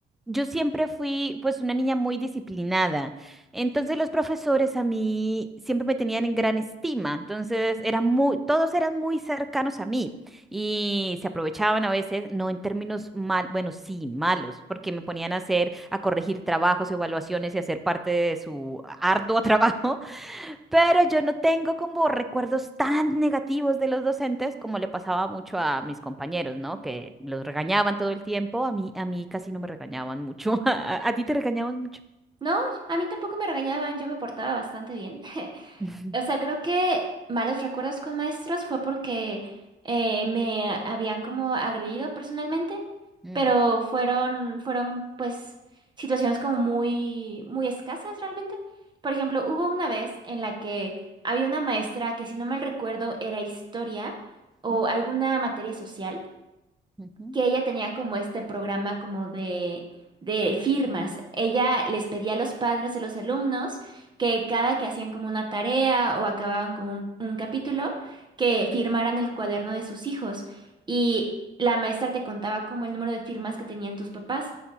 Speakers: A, in the centre; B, on the right.
A: yo siempre fui pues una niña muy disciplinada. Entonces los profesores a mí siempre me tenían en gran estima. Entonces, eran muy, todos eran muy cercanos a mí. Y se aprovechaban a veces, no en términos mal, bueno, sí, malos, porque me ponían a hacer, a corregir trabajos, evaluaciones y hacer parte de su arduo <laughs> trabajo, pero yo no tengo como recuerdos tan negativos de los docentes como le pasaba mucho a mis compañeros, ¿no? Que los regañaban todo el tiempo, a mí, a mí casi no me regañaban mucho, <laughs> a, a ti te regañaban mucho.
B: No, a mí tampoco me regañaban, yo me portaba bastante bien. <laughs>
A: <laughs>
B: O sea, creo que malos recuerdos con maestros fue porque eh, me habían como agredido personalmente,
A: Ujú.
B: pero fueron, fueron pues situaciones como muy, muy escasas realmente. Por ejemplo, hubo una vez en la que había una maestra que si no mal recuerdo era historia o
A: Mm, ujú,
B: alguna materia social
A: ujú,
B: que ella tenía como este programa como de, de firmas. Ella les pedía a los padres de los alumnos que cada que hacían como una tarea o acababan con un, un capítulo, que firmaran el cuaderno de sus hijos. Y la maestra te contaba como el número de firmas que tenían tus papás.